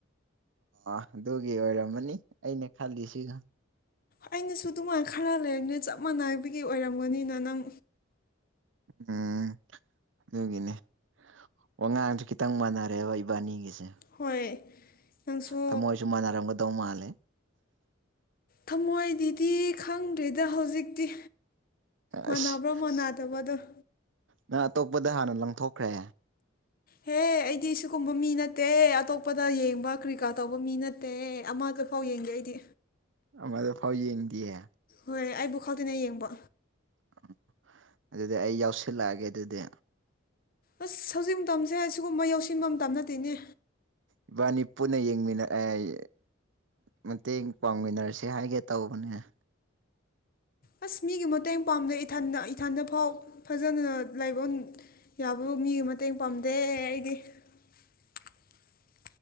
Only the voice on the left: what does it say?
ꯑꯩꯅꯁꯨ ꯑꯗꯨꯃꯥꯏꯅ ꯈꯜꯂ ꯂꯩꯕꯅ‌ꯦ ꯆꯞ ꯃꯥꯟꯅꯕꯒꯤ ꯑꯣꯏꯔꯝꯒꯅꯤꯅ ꯅꯪ
ꯍꯣꯏ ꯅꯪꯁꯨ
ꯊꯝꯃꯣꯏꯗꯤꯗꯤ ꯈꯪꯗ꯭ꯔꯤꯗ ꯍꯧꯖꯤꯛꯇꯤ ꯃꯥꯟꯅꯕ꯭ꯔꯥ
ꯃꯅ ꯇꯧꯕꯗꯨ
ꯍꯦ ꯑꯩꯗꯤ ꯁꯤꯒꯨꯝꯕ ꯃꯤ ꯅꯠꯇꯦ ꯑꯇꯣꯞꯄꯗ ꯌꯦꯡꯕ ꯀꯔꯤꯀꯥ ꯇꯧꯕ ꯃꯤ ꯅꯠꯇꯦ ꯑꯠꯇ ꯑꯃꯈꯣꯏ ꯐꯥꯎ ꯌꯦꯡꯗꯦ ꯑꯩꯗꯤ
ꯍꯣꯏ ꯑꯩꯕꯨ ꯈꯪꯗꯦꯅ ꯌꯦꯡꯕ
ꯑꯁ ꯍꯧꯖꯤꯛ ꯃꯇꯝꯁꯦ ꯁꯤꯒꯨꯝꯕ ꯌꯧꯁꯤꯟꯕ ꯃꯇꯝ ꯅꯠꯇꯦꯅꯦ
ꯑꯁ ꯃꯤꯒꯤ ꯃꯇꯦꯡ ꯄꯥꯝꯗ‌ꯦ ꯏꯊꯟꯗ ꯏꯊꯟꯗꯐꯥꯎ ꯐꯖꯅ ꯂꯩꯕ ꯌꯥꯕꯐꯧ ꯃꯤꯒꯤ ꯃꯇꯦꯡ ꯄꯥꯝꯗꯦ ꯑꯩꯗꯤ <inaudible>